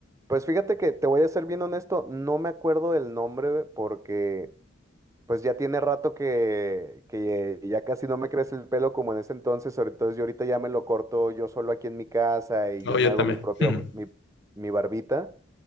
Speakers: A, on the right; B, on the left.
A: Pues fíjate que te voy a ser bien honesto, no me acuerdo del nombre porque pues ya tiene rato que, que eh, ya casi no me crece el pelo como en ese entonces, sobre todo yo ahorita ya me lo corto yo solo aquí en mi casa y
B: No,
A: yo me
B: yo
A: hago
B: también.
A: mi propio,
B: <laughs>
A: mi, mi barbita.